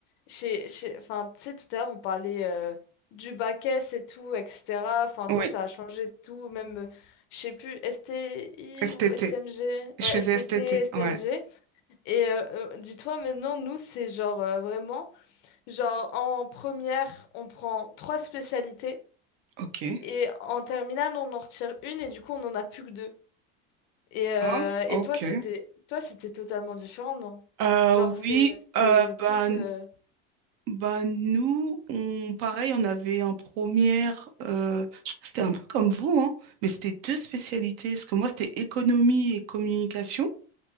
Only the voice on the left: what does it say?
chez, chez, enfin, tu sais, tout à l'heure, on parlait euh, du bac S et tout, etc. Enfin,
toi, ça a changé de tout, même, euh, je sais plus, STI
ou STMG?
Ouais,
STT,
STMG.
Et euh, euh, dis-toi maintenant, nous, c'est genre euh, vraiment, genre en première, on prend trois spécialités
et en terminale, on en retire une et du coup, on en a plus que deux. Et, euh,
et toi, c'était toi, c'était totalement différent, non?
Genre, c'est-
c'était
plus... euh,